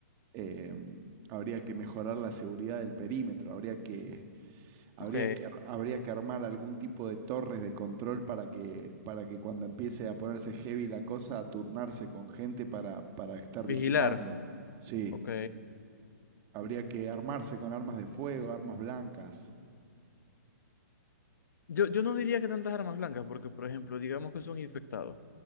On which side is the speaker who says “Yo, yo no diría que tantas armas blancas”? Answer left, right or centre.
Left